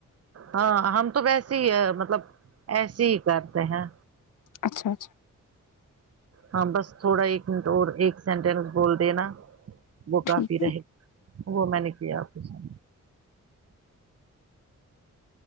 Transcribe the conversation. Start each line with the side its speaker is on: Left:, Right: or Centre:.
Right: ہاں ہم تو ویسے ہی ہے مطلب ایسے ہی کرتے ہیں
Left: اچھا اچھا
Right: ہاں بس تھوڑا ایک منٹ اور ایک سینٹینس بول دے نا وہ
Left: ٹھیک
Right: کافی
Left: ہے
Right: رہے وہ میں نے کیا آپ کو س